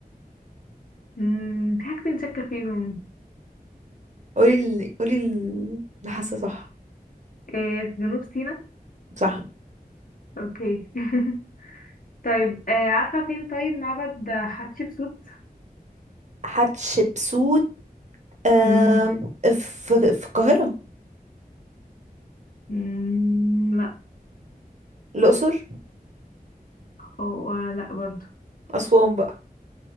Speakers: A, on the left; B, on the right.
A: مم، في حاجتين شاكة فيهم
B: قولي ال... قولي ال- اللي حاسة صح
A: آه، في جنوب سيناء
B: صح
A: اوكي <laughs> طيب آه، عارفة فين طيب معبد حتشبسوت
B: حتشبسوت آم،
A: مم،
B: في في القاهرة
A: مم، لا
B: الأقصر
A: أو آه، لا برضه
B: أسوان بقى